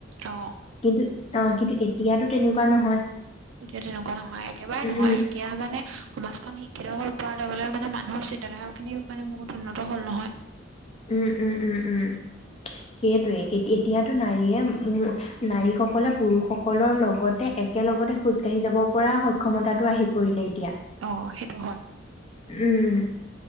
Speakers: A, on the right; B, on the left.
A: অ
B: কিন্তু, কিন্তু এতিয়াতো তেনেকুৱা নহয়।
A: এতিয়া তেনেকুৱা নহয়, একেবাৰে
B: উম
A: নহয়
B: উম
A: এতিয়া মানে সমাজখন শিক্ষিত হয়, পোৱাৰ লগে- লগে মানে মানুহৰ চিন্তাধাৰা খিনি মানে বহুত উন্নত হ'ল, নহয়।
B: উম -উম -উম -উম সেইটোৱে এতিয়াতো নাৰীয়ে, নাৰীসকলে পুৰুষসকলৰ লগতে একেলগতে খোজকাঢ়ি যাব পৰা সক্ষমতাটো আহি পৰিলে এতিয়া।
A: অ', সেইটো হয়।
B: উম